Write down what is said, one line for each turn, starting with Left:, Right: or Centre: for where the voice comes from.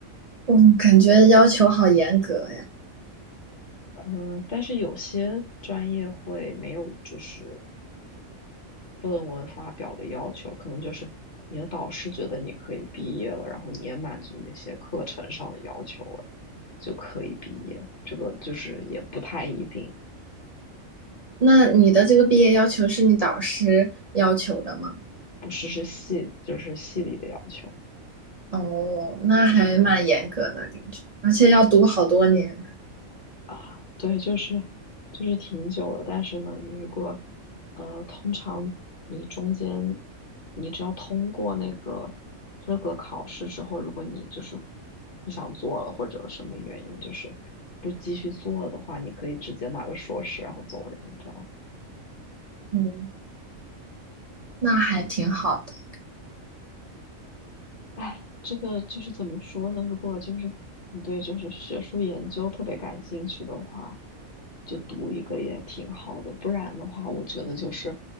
Right: 我感觉要求好严格呀。
Left: 呃，但是有些专业会没有就是论文发表的要求，可能就是你的导师觉得你可以毕业了，然后你也满足那些课程上的要求了，就可以毕业。这个就是也不太一定。
Right: 那你的这个毕业要求是你导师要求的吗？
Left: 不是是系，就是系里的要求
Right: 哦，那还蛮严格的感觉，而且要读好多年。
Left: 啊。对，就是就是挺久的，但是呢，你如果呃，通常你中间你只要通过那个资格考试之后，如果你就是不想做了或者什么原因，就是不继续做的话，你可以直接拿个硕士然后走人，这样。
Right: 嗯，那还挺好的。
Left: 哎，这个就是怎么说呢？如果就是你对就是学术研究特别感兴趣的话，就读一个也挺好的。不然的话，我觉得就是